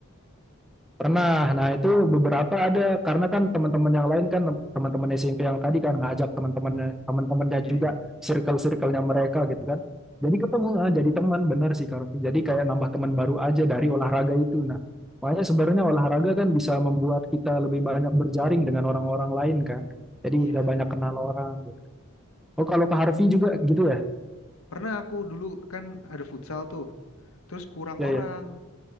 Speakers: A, in the centre; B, on the left.
A: Pernah, nah itu beberapa ada, karena kan teman-teman yang lain kan, teman-teman SMP yang tadi kan ngajak teman-temannya, teman-temannya
B: Iya
A: juga,
B: iya.
A: circle-circle-nya mereka gitu kan. Jadi ketemu, ah, jadi teman, bener sih Kak Arfi. Jadi kayak nambah teman baru aja dari olahraga itu. Nah, makanya sebenarnya olahraga kan bisa membuat kita lebih banyak berjaring dengan orang-orang lain kan. Jadi
B: Iya.
A: udah banyak kenal orang gitu. Oh kalau ke Harvey juga gitu ya?
B: Pernah aku dulu kan ada futsal tuh. Terus kurang
A: Ya
B: orang.
A: ya.